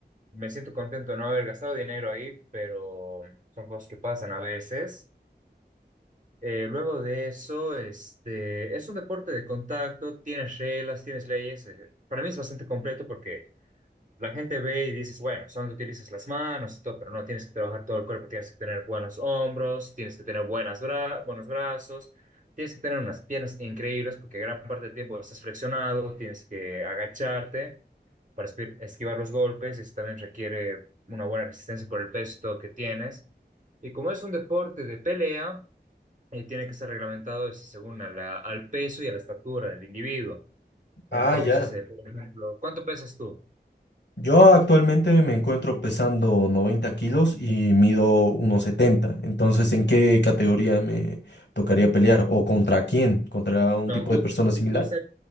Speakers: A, on the right; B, on the left.
A: Me siento contento de no haber gastado dinero ahí, pero son cosas que pasan a veces. Eh, luego de eso, este, es un deporte de contacto, tienes reglas, tienes leyes. eh, Para mí es bastante completo porque la gente ve y dices, bueno, solo utilizas las manos y todo, pero no tienes que trabajar todo el cuerpo, tienes que tener buenos hombros, tienes que tener buenas bra- buenos brazos, tienes que tener unas piernas increíbles porque gran parte del tiempo estás flexionado, tienes que agacharte para espi- esquivar los golpes, eso también requiere una buena resistencia por el peso y todo que tienes. Y como es un deporte de pelea, eh, tiene que ser reglamentado es según a la- al peso y a la estatura del individuo. Entonces,
B: Ah, ya.
A: eh, por ejemplo, ¿cuánto pesas tú?
B: Yo actualmente me encuentro pesando 90 kilos y mido uno setenta Entonces, ¿en qué categoría me tocaría pelear? ¿O contra quién? ¿Contra un
A: No,
B: tipo
A: tú,
B: de persona similar?
A: tú,